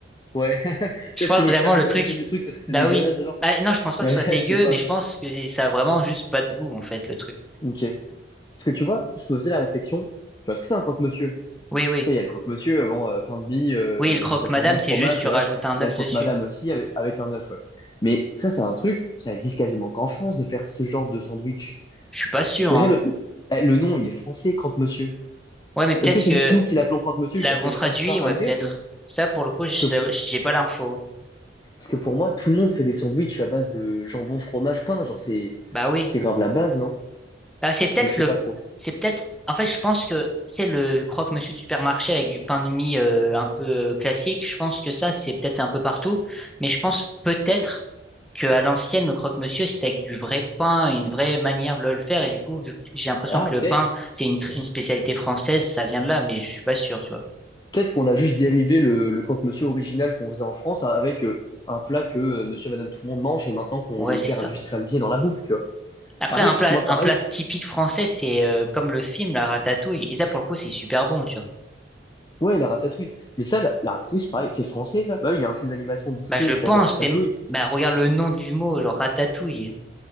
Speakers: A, on the left (about 20°); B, in the centre.
A: Ouais, <laughs>
B: Je
A: peut-être
B: pense
A: qu'ils
B: vraiment
A: veulent camoufler
B: le truc.
A: le goût du truc parce que c'est
B: Bah
A: dégueulasse,
B: oui.
A: genre.
B: Bah, non, je pense pas
A: Ouais,
B: que ce soit
A: <laughs>
B: dégueu,
A: je sais pas.
B: mais je pense que ça a vraiment juste pas de goût, en fait, le truc.
A: Ok. Parce que tu vois, je me faisais la réflexion, tu vois, est-ce que c'est un croque-monsieur?
B: Oui, oui.
A: Tu sais, il y a le croque-monsieur, euh, bon, euh, pain de mie, euh,
B: Oui, le croque-madame,
A: c'est quoi, jambon, fromage,
B: c'est juste tu
A: et
B: rajoutes
A: voilà.
B: un
A: Il
B: œuf
A: y a le
B: dessus.
A: croque-madame aussi avec, avec un œuf, ouais. Mais ça, c'est un truc, ça existe quasiment qu'en France de faire ce genre de sandwich.
B: Je suis pas sûr,
A: Déjà,
B: hein.
A: le, eh, le nom, il est français, croque-monsieur.
B: Ouais, mais peut-être
A: Est-ce que c'est
B: que
A: juste nous qui l'appelons croque-monsieur, il
B: l'avons
A: s'appelle
B: traduit,
A: autre part
B: ouais,
A: ailleurs,
B: peut-être.
A: ou?
B: Ça, pour le coup, je-
A: Parce que,
B: ça- j'ai pas l'info.
A: parce que pour moi, tout le monde fait des sandwichs à base de jambon, fromage, pain, genre, c'est,
B: Bah oui.
A: c'est grave la base, non?
B: Ah, c'est peut-être
A: Donc je sais
B: le,
A: pas trop.
B: c'est peut-être, en fait, je pense que c'est le croque-monsieur de supermarché avec du pain de mie euh, un peu euh, classique. Je pense que ça, c'est peut-être un peu partout, mais je pense peut-être que à l'ancienne, le croque-monsieur, c'était avec du vrai pain, une vraie manière de le faire. Et du coup, vu que j'ai l'impression
A: Ah,
B: que le
A: peut-être,
B: pain, c'est une, tr- une spécialité française, ça vient de là, mais je suis pas sûr, tu vois.
A: peut-être qu'on a juste dérivé le, le croque-monsieur original qu'on faisait en France avec euh, un plat que euh, monsieur et madame tout le monde mange maintenant qu'on
B: Ouais,
A: est
B: c'est
A: hyper
B: ça.
A: industrialisé dans la bouffe, tu vois.
B: Après,
A: Après,
B: un plat,
A: moi
B: un
A: pareil,
B: plat typique français, c'est euh, comme le film, la ratatouille. Et ça, pour le coup, c'est super bon, tu vois.
A: ouais, la ratatouille. Mais ça, la, la ratatouille, c'est pareil, c'est français ça. Bah oui, il y a un film d'animation Disney
B: Bah, je pense,
A: qui s'appelle Ratatouille.
B: t'es- bah, regarde le nom du mot, genre ratatouille.